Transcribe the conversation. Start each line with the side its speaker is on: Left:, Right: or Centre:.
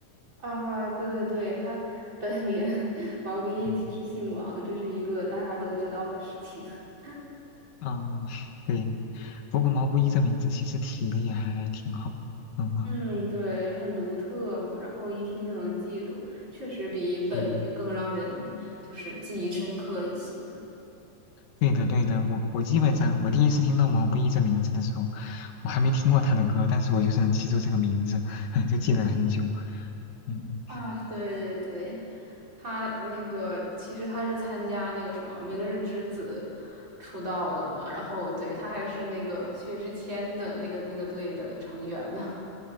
Right: 啊哈，对对对，他本名 <laughs> 毛不易，
Left: 嗯。
Right: 其实姓王，这是一个大家都知道的事情。<laughs>
Left: 嗯，对。不过毛不易这名字其实起的也还挺好。嗯啊，
Right: 嗯，对，很独特嘛，然后一听就能记住，确实比本名更让人就是记忆深刻一些。
Left: 对，对的，对的。我我基本上我第一次听到毛不易这名字的时候，我还没听过他的歌，但是我就是能记住这个名字，<laughs> 就记得很久。嗯
Right: 啊，对对对，他那个其实他是参加那个什么《明日之子》出道的嘛，然后对他还是那个薛之谦的那个那个队的成员呢。